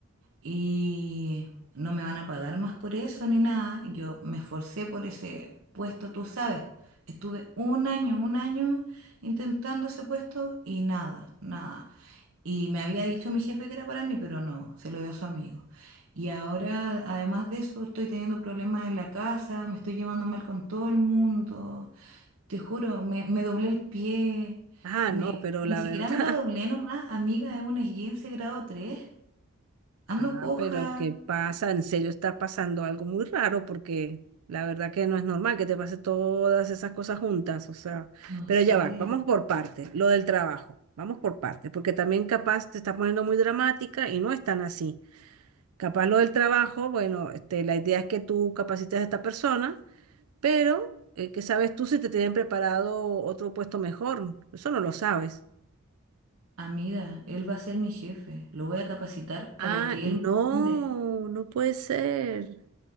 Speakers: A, on the right; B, on the right.
A: y no me van a pagar más por eso ni nada. Yo me esforcé por ese puesto, tú sabes. Estuve un año, un año intentando ese puesto y nada, nada. Y me había dicho mi jefe que era para mí, pero no, se lo dio a su amigo. Y ahora, además de eso, estoy teniendo problemas en la casa, me estoy llevando mal con todo el mundo. Te juro, me, me doblé el pie.
B: Ah,
A: Me,
B: no, pero
A: ni
B: la
A: siquiera
B: verdad.
A: me lo doblé
B: <laughs>
A: nomás, amiga, es un esguince grado tres Ando
B: Ah,
A: coja,
B: pero ¿qué pasa? En serio está pasando algo muy raro porque la verdad que no es normal que te pase todas esas cosas juntas. O sea,
A: No
B: pero
A: sé,
B: ya va, vamos por partes. lo del trabajo. Vamos por partes, porque también capaz te está poniendo muy dramática y no es tan así. Capaz lo del trabajo, bueno, este, la idea es que tú capacites a esta persona Pero, eh, ¿qué sabes tú si te tienen preparado otro puesto mejor? Eso no lo sabes.
A: amiga, él va a ser mi jefe. Lo voy a capacitar
B: Ah,
A: para que
B: no,
A: él me mande
B: no puede ser.